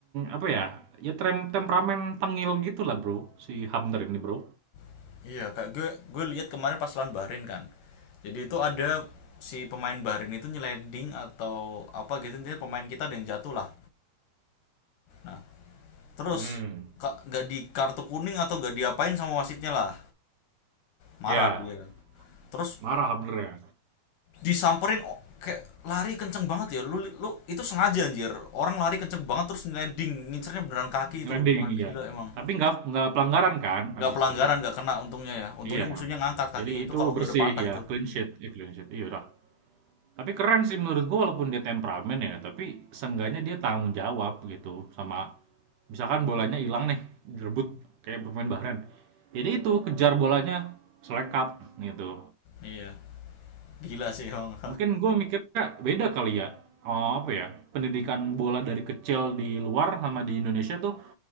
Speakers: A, on the right; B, on the left.
A: apa ya? Ya trem- temperamen tengil gitu lah bro, si Hamner ini bro.
B: <laughs> iya, Kak. Gue gue lihat kemarin pas lawan Bahrain kan. Jadi itu ada si pemain Bahrain itu nyeleding atau apa gitu intinya pemain kita ada yang jatuh lah. Nah, terus
A: Hmm,
B: ka- nggak di kartu kuning atau gak diapain sama wasitnya lah. Marah
A: ya
B: dia. Terus
A: marah Hamner ya,
B: disamperin oh, kayak lari kenceng banget ya lu lu itu sengaja anjir orang lari kenceng banget terus ngeleding ngincernya beneran kaki
A: ngeleding
B: itu orang
A: iya.
B: gila emang
A: Tapi nggak nggak pelanggaran kan
B: nggak
A: habis
B: pelanggaran
A: itu.
B: nggak kena untungnya ya untungnya
A: Iya.
B: musuhnya ngangkat kakinya
A: Jadi
B: itu
A: itu
B: kalau enggak
A: bersih
B: udah patah
A: ya,
B: itu
A: clean sheet, ya, clean sheet. Iya udah. Tapi keren sih menurut gua walaupun dia temperamen ya, tapi seenggaknya dia tanggung jawab gitu sama misalkan bolanya hilang nih, direbut kayak pemain Bahrain. Jadi itu kejar bolanya selekat gitu.
B: Iya. gila sih emang
A: Mungkin gue mikirnya beda kali ya. Oh, apa ya? Pendidikan bola dari kecil di luar sama di Indonesia tuh